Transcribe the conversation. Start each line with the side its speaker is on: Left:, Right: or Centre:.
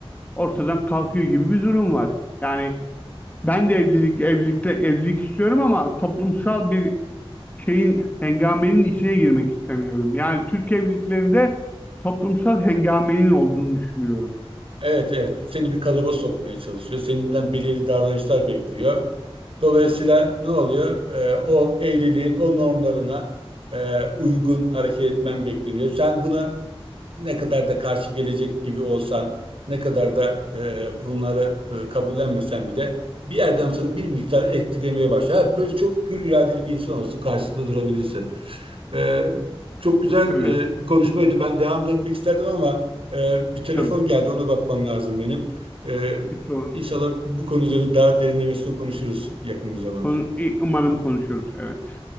Left: ortadan kalkıyor gibi bir durum var. Yani ben de evlilik evlilikte evlilik istiyorum ama toplumsal bir şeyin hengamenin içine girmek istemiyorum. Yani Türk evliliklerinde toplumsal hengamenin olduğunu düşünüyorum.
Right: Evet evet seni bir kalıba sokmaya çalışıyor. Seninden belirli davranışlar bekliyor. Dolayısıyla ne oluyor? Ee, o evliliğin o normlarına e, uygun hareket etmen bekleniyor. Sen buna ne kadar da karşı gelecek gibi olsan, ne kadar da e, bunları e, kabullenmesen bile bir yerden sonra bir miktar etkilemeye başlar. Evet, böyle çok hür iradeli bir insan olsun karşısında durabilirsin. Ee, çok güzel
Left: Öyle
Right: e, bir konuşmaydı. Ben devam da etmek isterdim ama e, bir telefon
Left: tabii.
Right: geldi. Ona bakmam lazım benim. Ee,
Left: Hiç sorun
Right: İnşallah
Left: değil.
Right: bu konu üzerine daha derinlemesine konuşuruz yakın bir zamanda.
Left: Konu, umarım konuşuruz. Evet.